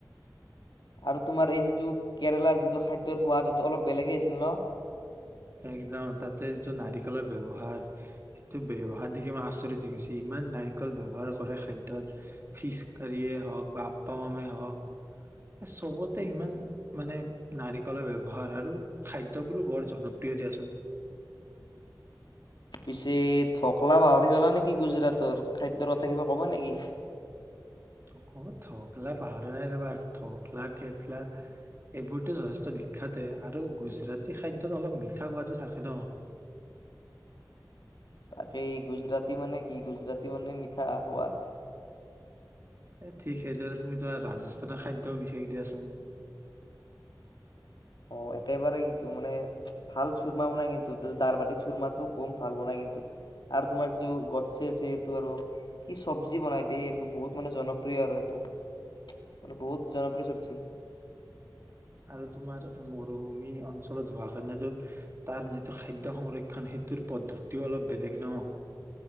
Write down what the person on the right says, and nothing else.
একদম তাতে যিটো নাৰিকলৰ ব্যৱহাৰ। এইটো ব্যৱহাৰ দেখি মই আচৰিত হৈ গৈছে ইমান নাৰিকল ব ব্যৱহাৰ কৰে খাদ্যত। ফিচ কাৰীয়ে হওঁক বা আপ্পা মামে হওঁক চবতে ইমান। মানে নাৰিকলৰ ব্যৱহাৰ আৰু খাদ্যবোৰো বৰ জনপ্ৰিয় দিয়াচোন।
বহু ঢকলা পাহৰা নাই ৰবা ঢকলা থেফলা। এইবোৰতো যথেষ্ট বিখ্যাতে আৰু গুজৰাটী খাদ্যত অলপ মিঠা সোৱাদো থাকে ন।
এ ঠিক সেইদৰে তুমি তোমাৰ ৰাজস্থানৰ খাদ্য বিশেষ দিয়াচোন।
আৰু তোমাৰ মৰুভূমি অঞ্চলত হোৱা কাৰণেতো তাৰ যিটো খাদ্য সংৰক্ষণ। সেইটোৰ পদ্ধতিও অলপ বেলেগ ন।